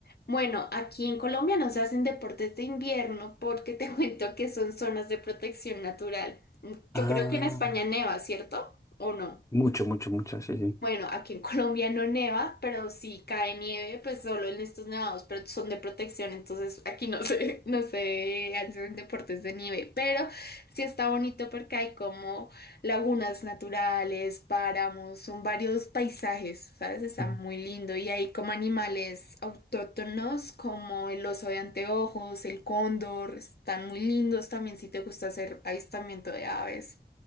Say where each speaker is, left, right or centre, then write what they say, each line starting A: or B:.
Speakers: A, on the left; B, on the left.
A: Bueno, aquí en Colombia no se hacen deportes de invierno porque te <laughs> cuento que son zonas de protección natural. Yo
B: Ah,
A: creo que en España neva, ¿cierto? ¿O no?
B: mucho, mucho, mucho, sí,
A: Bueno, aquí en <laughs> Colombia no neva, pero si cae nieve, pues solo en estos nevados, pero son de protección, entonces aquí no se, <laughs> no se hacen deportes de nieve, pero sí está bonito porque hay como lagunas naturales, páramos, son varios paisajes, ¿sabes? Está
B: sí.
A: muy lindo y hay como animales autóctonos como el oso de anteojos, el cóndor, están muy lindos también si te gusta hacer avistamiento de aves.